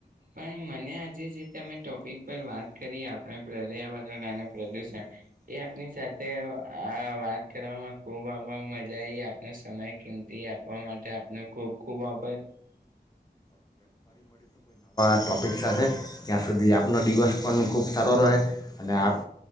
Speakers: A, on the right; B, on the left.
A: પણ મને આજે જે તમે ટોપિક વાત કરીએ આપણે પર્યાવરણ અને પ્રદુષણ એ આપની સાથે હા વા વામાં ખૂબ આ મજા આવી આપને સમય કિંમતી આપવા માટે આપને ખૂબ ખૂબ આભજ
B: ટોપિક સાથે ત્યાં સુધી આપનો દિવસ પણ ખૂબ સારો રહે અને આપ